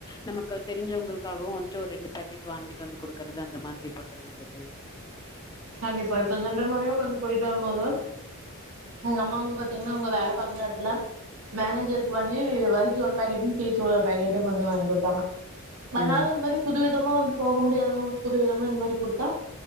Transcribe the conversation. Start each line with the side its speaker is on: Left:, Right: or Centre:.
Left: நமக்கு தெரிஞ்சவங்களுக்காகவு வந்துட்டு ஒரு ரெண்டு பேக்கெட் வாங்கிட்டு வந்து குடுக்கறது அந்த மாதிரி பண்றது இந்த தோழி
Right: கண்டிப்பா இப்ப சென்ற முறையும் வந்து போயிட்டு வரும்போது எங்க அம்மா வந்து பாத்தீங்கன்னா அவங்க வேல பாக்குற இடத்துல மேனேஜருக்கு வாங்கி வரிக்கு ஒரு பாக்கெட்டும் தீ தூள் ஒரு பாக்கெட்டும் வந்து வாங்கி குடுத்தாங்க அனால
Left: ம்.
Right: இந்த மாரி புது வி த்தமா வந்து போக முடியாதவங்களுக்கு புதுவிதமா இந்த மாரி குடுத்தா